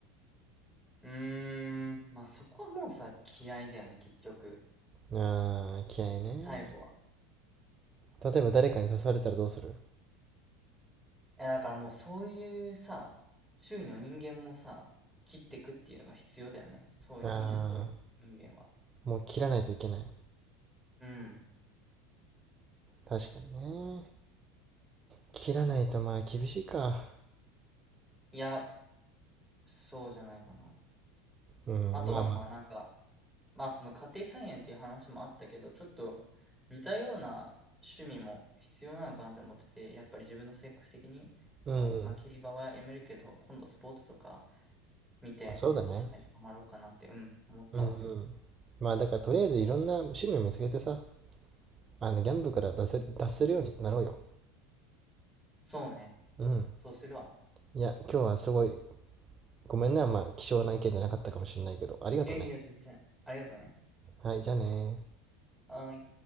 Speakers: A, in the centre; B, on the right (about 25°).
A: うーん、まあそこはもうさ、気合だよね、結局。
B: あー気合いね。
A: 最後は。
B: 例えば誰かに刺されたらどうする
A: いやだからもうそういうさ、周囲の人間もさ、切ってくっていうのが必要だよね。そういうのに誘う人間は。
B: ああ、もう切らないといけない。
A: うん。
B: 確かにね。切らないとまあ厳しいか。
A: いや、そうじゃないかな。
B: うん、
A: あとはまあなんか、
B: まあまあ。
A: まあその家庭菜園っていう話もあったけど、ちょっと似たような趣味も必要なのかなって思ってて、やっぱり自分の性格的に、その、
B: うん、うん、う
A: まあ競馬はやめるけど、今度スポーツとか見て、
B: ん。そうだね。
A: スポーツとかにハマろうかなって、うん、思ったわ。
B: うん、うん。まあだからとりあえずいろんな趣味を見つけてさ、あの、ギャンブルから出せ、出せるようになろうよ。
A: そうね。
B: うん。
A: そうするわ。
B: いや、今日はすごい、ごめんね、あんま、貴重な意見じゃなかったかもしれないけど、ありがとね。
A: いやいや、全然。ありがとね。
B: はい、じゃあねー
A: はーい。